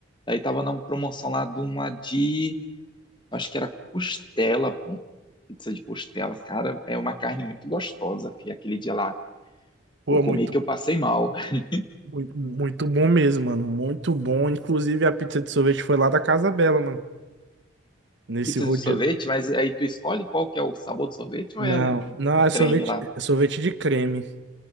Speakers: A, on the left (about 20°); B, on the right (about 55°).
A: Aí tava na promoção lá de uma de Acho que era costela, pô. Pizza de costela, cara, é uma carne muito gostosa, fi. Aquele dia lá
B: Pô,
A: eu comi
B: muito,
A: que eu passei mal. <laughs>
B: muito, muito bom mesmo, mano. Muito bom. Inclusive, a pizza de sorvete foi lá da Casa Bela, mano. Nesse
A: Pizza
B: rodízio.
A: de sorvete, mas aí tu escolhe qual que é o sabor do sorvete
B: Não,
A: ou é um,
B: não,
A: um
B: é sorvete,
A: creme lá?
B: é sorvete de creme.